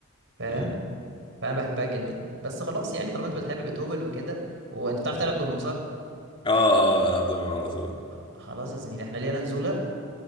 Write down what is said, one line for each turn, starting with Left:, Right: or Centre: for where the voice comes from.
Right: فاهم
Left: أمم.
Right: فانا بحبها جدا بس خلاص يعني طالما انت بتحب بيتهوفن وكده وانت بتعرف تلعب دومينو صح
Left: اه اه بلعب دومين على طول
Right: خ- خلاص يا زميلي احنا لينا نزوله